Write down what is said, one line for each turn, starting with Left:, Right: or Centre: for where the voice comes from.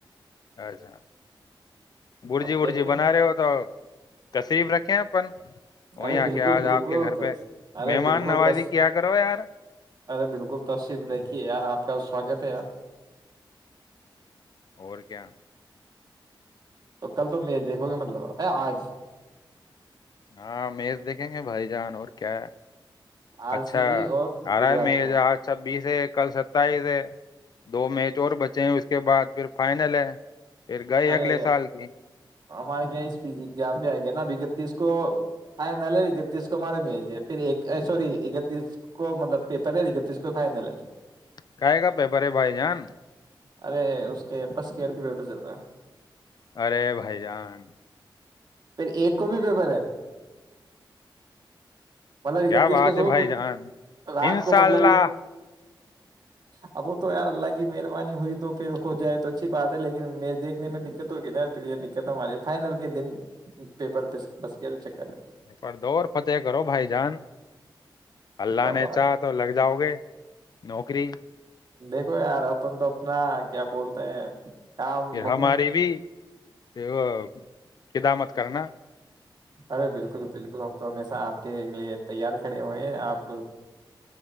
Left: اچھا برجی
Right: اب دیکھتے
Left: رجی بنا
Right: ہیں
Left: رہے ہو تو تشریف رکھیں اپن وہیں
Right: ارے بالکل
Left: کیا آج
Right: بالکل
Left: آپ کے گھر
Right: تس
Left: پہ
Right: ارے
Left: مہمان
Right: بالکل
Left: نوازی
Right: تس
Left: کیا کرو یار
Right: ارے بالکل تشریف دیکھیے یار آپ کا سواگت ہے آپ
Left: اور کیا
Right: تو کل تو م دیکھو گے مطلب ا آج
Left: ہاں مز دیکھیں گے بھائی جان اور کیا ہے
Right: آر
Left: اچھا
Right: سی بی اور
Left: آ
Right: گجرات
Left: رہا ہے میں
Right: کا
Left: جاں بیس ہے کل ستائیس ہے دو میچ اور بچے ہیں اس اس کے بعد پھر فائنل ہے پھر گئے
Right: ارے
Left: اگلے سال کی
Right: ہمار اس پز جبے آ گے نا بگ اکتیس کو فائنل ہے اکتیس کو مارے میں پھر سوری اکتیس کو مطلب پیپر ہے اکتیس کو فائنل ہے
Left: کا کا پہپرے بھائی جان
Right: ارے اس کے پس کڑ کے پی پہ چل رہا ہے
Left: ارے بھائی جان
Right: پھر ایک کو بھی پپر ہے مطلب
Left: کیا
Right: اکتیس
Left: بات
Right: کو صبح
Left: ہے بھائی
Right: پ
Left: جان
Right: رات
Left: انشاء
Right: کو مطلب
Left: اللہ
Right: اب وہ تو یار اللہ کی مہربانی ہوئی تو پھر ہو جائے تو اچھی بات ہے لیکن دیکھنے میں دقت ہوگی نا ی پھر یہ دقت ہماری فائنل کے دن پیپر پ بس کے چکر ہے
Left: پر دوور فتح کرو بھائی جان اللہ
Right: کیا
Left: نے
Right: بات
Left: چاہ تو لگ جاؤ گے نوکری
Right: دیکھو یار اپن تو اپنا کیا بولتے ہیں کام
Left: پھر
Right: مکم
Left: ہماری بھی وہ خدامت کرنا
Right: ارے بالکل بالکل ہم تو ہشہ آ لیے تیاری کھڑے ہوئے ہیں آپ